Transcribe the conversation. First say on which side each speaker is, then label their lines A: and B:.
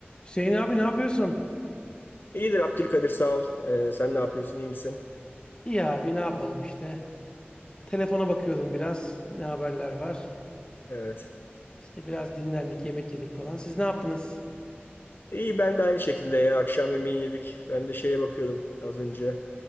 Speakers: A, on the left; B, on the left.
A: Hüseyin abi ne yapıyorsun?
B: İyidir Abdülkadir sağ ol. Ee, sen ne yapıyorsun iyi misin?
A: İyi abi ne yapalım işte. Telefona bakıyordum biraz. Ne haberler var?
B: Evet.
A: İşte biraz dinlendik, yemek yedik falan. Siz ne yaptınız?
B: İyi ben de aynı şekilde ya akşam yemeği yedik. Ben de şeye bakıyordum az önce.